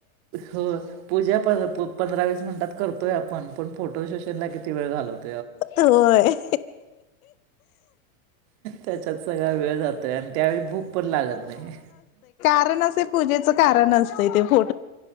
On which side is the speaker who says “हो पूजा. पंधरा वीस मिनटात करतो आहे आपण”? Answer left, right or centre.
Right